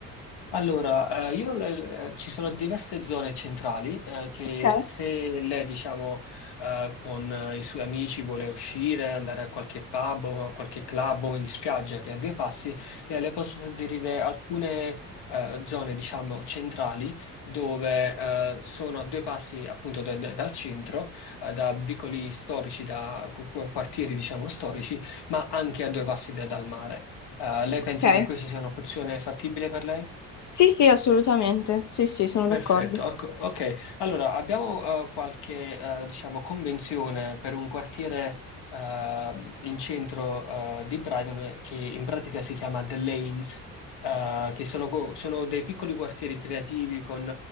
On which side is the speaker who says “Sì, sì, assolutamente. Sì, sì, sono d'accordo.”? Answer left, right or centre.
Left